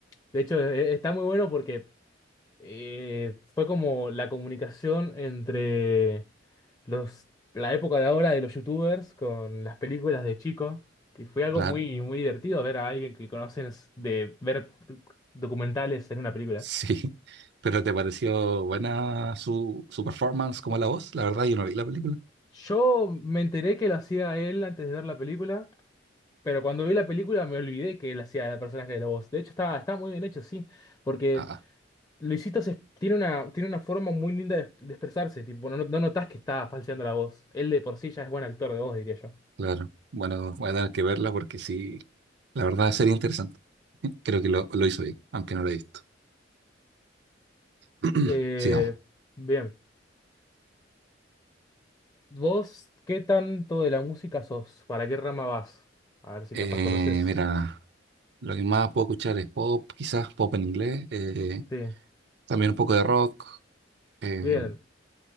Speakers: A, on the left; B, on the right.
A: De hecho, eh, está muy bueno porque eh, fue como la comunicación entre los, la época de ahora de los youtubers con las películas de chico, que fue algo
B: <laughs>
A: muy,
B: claro,
A: muy divertido ver a alguien que conoces de ver documentales en una película.
B: sí. Pero ¿te pareció buena su, su performance como la voz? La verdad, yo no vi la película.
A: Yo me enteré que lo hacía él antes de ver la película, pero cuando vi la película me olvidé que él hacía el personaje de la voz. De hecho, está, está muy bien hecho, sí, porque
B: Ah,
A: Luisito se- tiene una, tiene una forma muy linda de, de expresarse, tipo, no, no notas que está falseando la voz. Él de por sí ya es buen actor de voz, diría yo.
B: claro. Bueno, voy a tener que verla porque sí, la verdad sería interesante. <laughs> Creo que lo, lo hizo bien, aunque no lo he visto. <clears throat>
A: Eh,
B: Sigamos.
A: bien. ¿Vos qué tanto de la música sos? ¿Para qué rama vas? A ver si
B: Eh,
A: capaz conoces.
B: mira. Lo que más puedo escuchar es pop, quizás pop en inglés, eh,
A: Sí.
B: también un poco de rock. eh,
A: Bien.